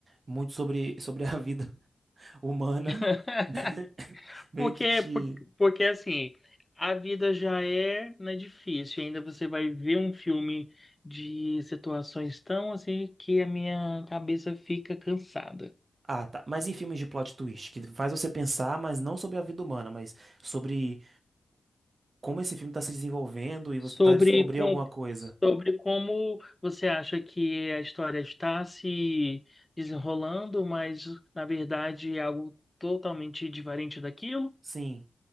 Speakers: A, on the right; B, on the left.
A: muito sobre, <laughs> sobre a vida <laughs> humana,
B: <laughs>
A: <laughs> meio
B: Porque,
A: que te
B: por- porque assim, a vida já é, né, difícil. Ainda você vai ver um filme de situações tão assim que a minha cabeça fica cansada.
A: Ah, tá. Mas em filmes de plot twist, que faz você pensar, mas não sobre a vida humana, mas sobre como esse filme está se desenvolvendo e
B: Sobre,
A: você tá descobrindo
B: com-
A: alguma coisa.
B: sobre como você acha que a história está se desenrolando, mas na verdade é algo totalmente diferente daquilo?
A: Sim.